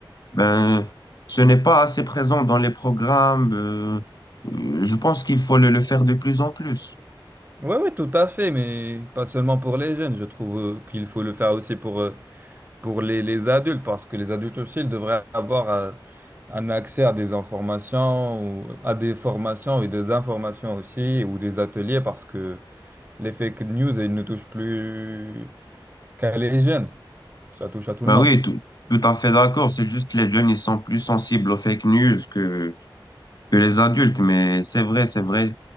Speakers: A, on the left; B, on the right.
A: Ben, ce n'est pas assez présent dans les programmes. euh, euh, je pense qu'il faut le, le faire de plus en plus.
B: Oui, oui, tout à fait, mais pas seulement pour les jeunes. Je trouve euh, qu'il faut le faire aussi pour, euh, pour les, les adultes, parce que les adultes aussi, ils devraient avoir euh, un accès à des informations, ou à des formations et des informations aussi, ou des ateliers, parce que les fake news, ils ne touchent plus qu'à les jeunes. Ça touche à tout
A: Ben
B: le monde.
A: oui, tout, tout à fait d'accord. C'est juste que les jeunes, ils sont plus sensibles aux fake news que, que les adultes. Mais c'est vrai, c'est vrai.